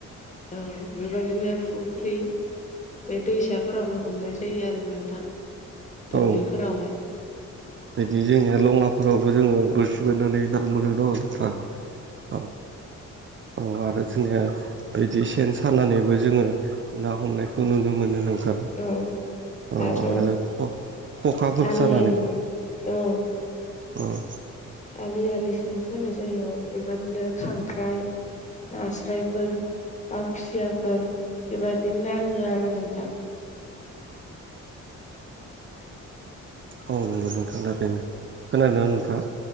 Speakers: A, on the left; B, on the right.
A: औ बेबायदिनो फुख्रि बे दैसाफोरावनो हमनाय जायो आरो नोंथां
B: औ
A: दुब्लिफोरावहाय।
B: बिदि जोंनिया लङाफोरावबो जोङो बोरसि बोनानै ना मोनो न नोंथां। औ औ आरो जोंनिया बिदि सेन सानानैबो जोङो ना हमनायखौ नुनो मोनो नों थां
A: औ
B: औ
A: दाथ'
B: आरो ख'-ख'खाफोर
A: आलि
B: सानानैबो
A: आलि औ।
B: उम।
A: आलि आलि सेन सानाय जायो बेबदिनो खांख्राइ नास्रायफोर बा खुसियाफोर बेबायदि नाङो आरो नोंथां।
B: औ नंगौ नोंथां थारैनो खोनादोंना नोंथाङा?